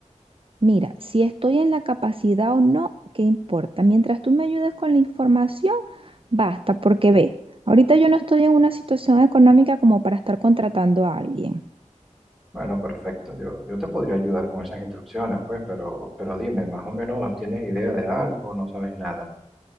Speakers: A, on the right (about 45°); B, in the centre.
A: Mira, si estoy en la capacidad o no, qué importa. Mientras tú me ayudes con la información, basta, porque ve, ahorita yo no estoy en una situación económica como para estar contratando a alguien.
B: Bueno, perfecto, yo, yo te podría ayudar con esas instrucciones, pues, pero, pero dime, ¿más o menos tienes idea de algo o no sabes nada?